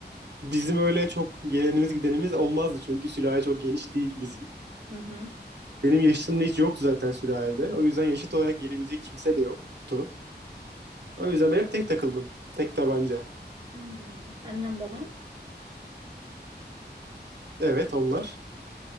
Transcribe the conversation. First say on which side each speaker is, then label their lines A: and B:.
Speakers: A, on the right (about 75°); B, on the right (about 25°).
A: Bizim öyle çok gelenimiz gidenimiz olmazdı çünkü sülale çok geniş değil bizim.
B: Hı hı.
A: Benim yaşımda hiç yoktu zaten sülalede. O yüzden yaşıt olarak gelebilecek kimse de yoktu. O yüzden ben hep tek takıldım. Tek tabanca.
B: Hmm. Annem babam.
A: Evet onlar.